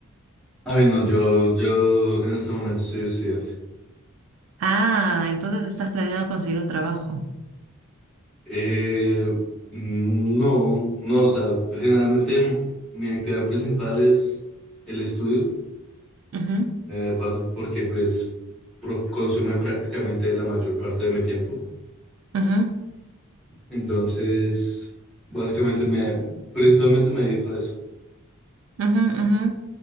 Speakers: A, in the centre; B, on the right.
A: A ver, no, yo, yo en este momento soy estudiante.
B: Ah, entonces estás planeando conseguir un trabajo.
A: Eh, no, no, o sea, generalmente mi actividad principal es el estudio.
B: Ujú,
A: Eh, aparte porque pues pro- consume prácticamente la mayor parte de mi tiempo.
B: ujú.
A: Entonces, básicamente me, principalmente me dedico a eso.
B: Ujú, ujú.